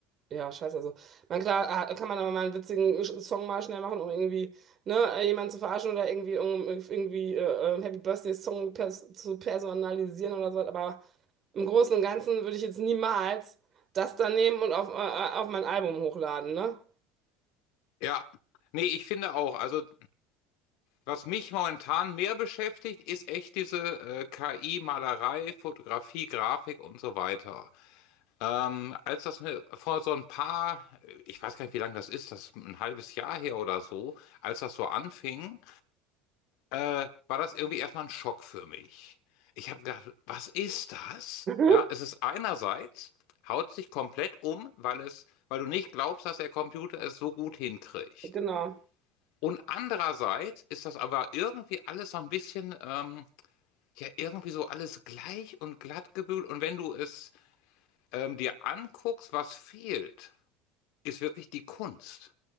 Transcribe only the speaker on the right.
ja, scheiße. Also, man, klar, ah, kann man aber mal einen witzigen Sch- Song mal schnell machen, um irgendwie, ne, äh, jemanden zu verarschen oder irgendwie, um, irgendwie äh, äh, Happy Birthday Song pers zu personalisieren oder so, aber. Im Großen und Ganzen würde ich jetzt niemals das da nehmen und auf, äh, äh, auf mein Album hochladen, ne?
<laughs>
Genau.